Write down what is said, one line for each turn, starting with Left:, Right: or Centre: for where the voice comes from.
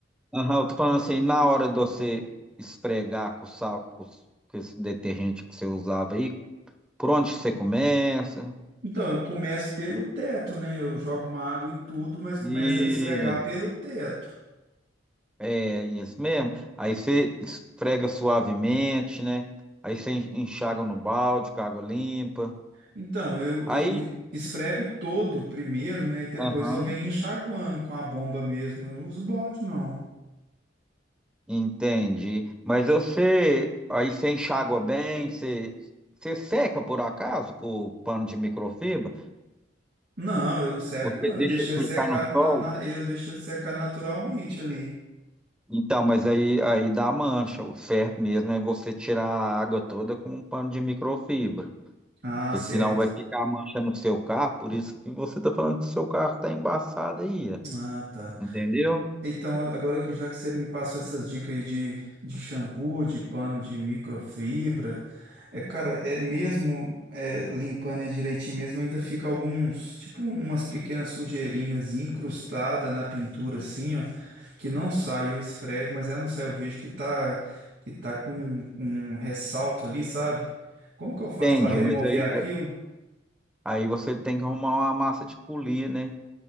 Centre: Aham, eu tô falando assim, na hora de você esfregar com o sal, com, os- com esse detergente que você usava aí, por onde você começa?
Right: Então, eu começo pelo teto, né? Eu jogo uma água em tudo, mas começo
Centre: E
Right: a esfregar pelo teto.
Centre: é isso mesmo. Aí você esfrega suavemente, né? Aí você enxaga no balde com água limpa.
Right: Então, eu,
Centre: Aí,
Right: eu esfrego todo primeiro, né? E depois
Centre: aham,
Right: eu venho enxaguando com a bomba mesmo. Eu não uso balde, não.
Centre: entendi. Mas você, aí você enxágua bem, você, você seca por acaso com o pano de microfibra?
Right: Não, eu não seco,
Centre: Você
Right: não.
Centre: deixa
Right: Eu deixo ele
Centre: ficar
Right: secar
Centre: no
Right: na,
Centre: sol?
Right: na- eu deixo ele secar naturalmente ali.
Centre: Então, mas aí, aí dá mancha. O certo mesmo é você tirar a água toda com um pano de microfibra,
Right: Ah,
Centre: porque
Right: certo.
Centre: senão vai ficar a mancha no seu carro. Por isso que você está falando que o seu carro está embaçado aí, ó.
Right: Ah, tá.
Centre: entendeu?
Right: Então, agora que já que você me passou essas dicas aí de, de shampoo, de pano de microfibra, é, cara, é mesmo é, limpando ele direitinho mesmo, ainda fica alguns, tipo umas pequenas sujeirinhas incrustadas na pintura assim, ó, que não sai, eu esfrego, mas ela não sai, eu vejo que tá, que tá com, com um ressalto ali, sabe? Como
Centre: Entendi,
Right: que eu faço para remover
Centre: mas aí,
Right: aquilo?
Centre: aí, aí você tem que arrumar uma massa de polir, né?